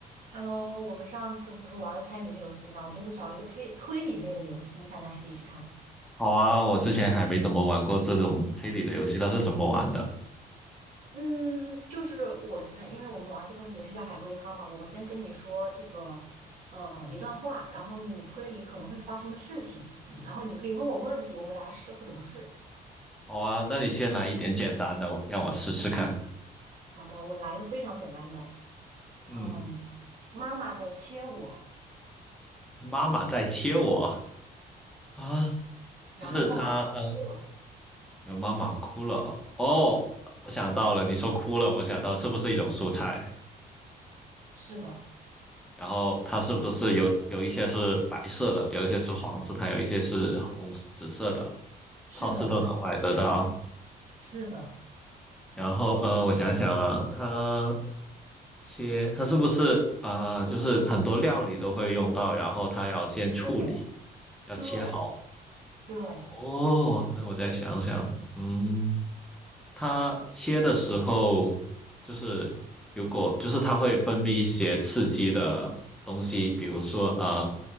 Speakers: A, on the right (about 55°); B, in the centre.
A: Hello，我们上次不是玩了猜谜的游戏吗？我这次找了一个推推理类的游戏，你想不想试一试看？
B: 好啊，我之前还没怎么玩过这种推理的游戏，它是怎么玩的？
A: 嗯，就是我先，因为我们玩这个游戏叫海龟汤嘛，我先跟你说这个呃一段话，然后你推理可能会发生的事情，嗯然后你可以问我问题，我回答是或者不是。
B: 好啊，那你先来一点简单的，让我试试看。
A: 嗯好的，我来一个非常简单的，
B: 嗯，
A: 嗯，妈妈在切我，
B: 妈妈在切我啊，
A: 然后妈妈哭了。
B: 就是她，嗯，有妈妈哭了。哦，我想到了，你说哭了，我想到是不是一种蔬菜？
A: 是的，
B: 然后它是不是有有一些是白色的，有一些是黄色，它有一些是红紫色的，
A: 是的，
B: 超市都能买得到。
A: 是的，是的，
B: 然后，呃，我想想啊，它切，它是不是啊、呃就是很多料理都会用到，然后它要先处理，
A: 对，
B: 要切好。
A: 对对。
B: 哦，那我再想想，嗯，它切的时候，就是如果就是它会分泌一些刺激的东西，比如说啊、呃